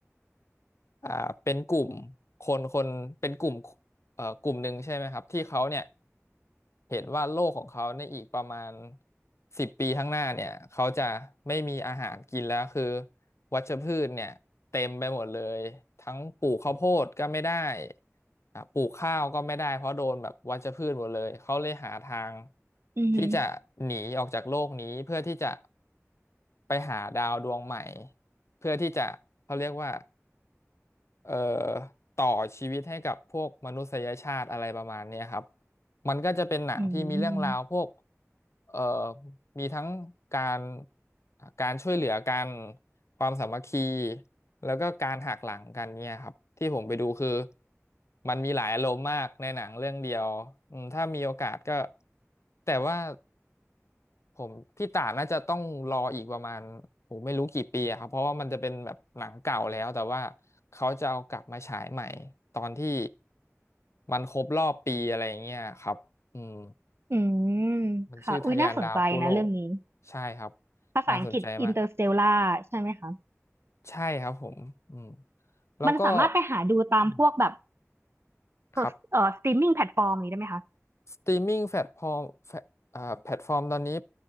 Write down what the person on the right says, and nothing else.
อือหือ
อืม
อืม
ค่ะอุ้ยน่าสนใจนะเรื่องนี้
ภาษาอังกฤษ
Interstellar ใช่ไหมคะ
มันสามารถไปหาดูตามพวกแบบ
เอ่อสตรีมมิ่งแพลตฟอร์มนี้ได้ไหมคะ